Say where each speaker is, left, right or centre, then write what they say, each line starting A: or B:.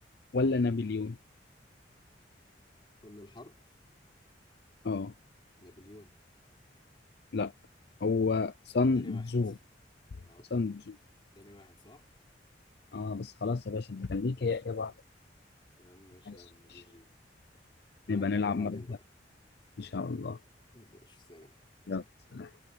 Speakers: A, on the left; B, on the left.
A: ولا نابليون
B: فن الحرب
A: اه
B: نابليون
A: لا هو سان
B: تاني واحد
A: تزو
B: اه
A: سان تزو
B: تاني واحد صح؟
A: اه بس خلاص يا باشا أنت كان ليك
B: ماشي
A: هي إجابة
B: يا
A: واحدة
B: عم يا عم ماشي
A: ماشي
B: يا عم
A: يا باشا
B: جي جي نبقى
A: نبقى
B: نكمل
A: نلعب
B: بعدين
A: مرة
B: بقى
A: تانية إن شاء الله
B: ماشي سلام
A: يلا